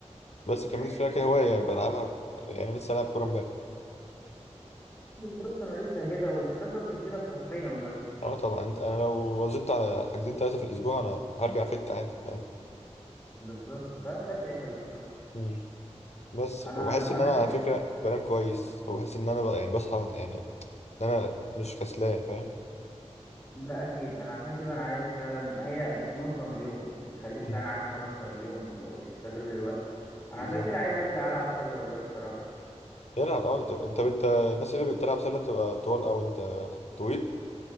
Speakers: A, on the left (about 65°); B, on the left (about 25°).
A: بس
B: ماشي
A: كملت فيها كهوايه يعني، بلعبها ك- يعني لسه العب كوره امبارح
B: بتروح تمارسها كده وفي نفس الوقت بتفيدك صحيا بر-
A: اه طبعا انت انا لو وظبطت على حاجزين ثلاثه في الاسبوع انا هرجع فت عادي فاهم
B: بالظبط ده ده شيء حلو فعلا
A: مم. بس
B: انا
A: وبحس ان
B: انا
A: انا
B: نفسي
A: على فكره بنام كويس وبحس ان انا بقى يعني بصحى يعني ان انا مش كسلان فاهم
B: ده اكيد انا عشان كده انا عايز فعلا ما هي بتنظم اليوم بتخليك
A: مم.
B: فعلا عارف تنظم اليوم و- وتستغل الوقت انا
A: بالظبط
B: عشان كده عايز ارجع العب سله والله الصراحه
A: العب اه طب انت انت الناس اللي بتلعب سله بتبقى طوال او انت طويل